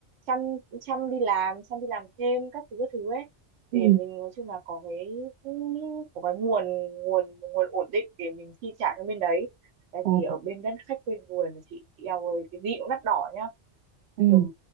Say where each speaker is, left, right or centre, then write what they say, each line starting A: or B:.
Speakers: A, on the right; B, on the right.
A: chăm chăm đi làm chăm đi làm thêm các thứ các thứ ấy
B: ừ,
A: để mình nói chung là có cái có cái nguồn nguồn nguồn ổn định để mình chi trả cho bên đấy tại
B: Ồ,
A: vì ở bên đất khách quê người mà chị eo ơi cái gì cũng đắt đỏ nhá
B: ừ,
A: kiểu